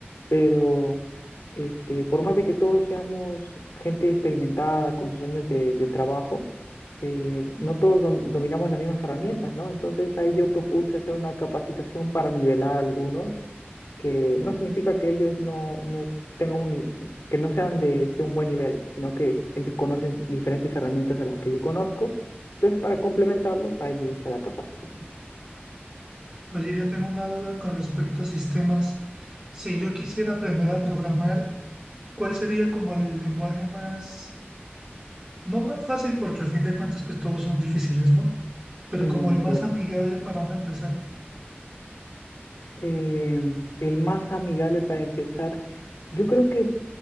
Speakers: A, on the left; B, on the right.
A: pero este, por más de que todos seamos gente experimentada con sus años de, de trabajo, eh,
B: Ujú.
A: no todos dom- dominamos las mismas herramientas, ¿no? Entonces ahí yo propuse hacer una capacitación para nivelar a algunos, que no significa que ellos no, no tengan un, ni- que no sean de este, un buen nivel, sino que ellos conocen diferentes herramientas a las que yo conozco. Entonces, para complementarlos, ahí yo hice la capacitación.
B: Oye, yo tengo una duda con respecto a sistemas. Si yo quisiera aprender a programar, ¿cuál sería como el lenguaje más, no más fácil, porque al fin de cuentas pues todos son difíciles, ¿no? Pero
A: Mm,
B: como el
A: así
B: más
A: es.
B: amigable para uno empezar.
A: eh, el más amigable para empezar, yo creo que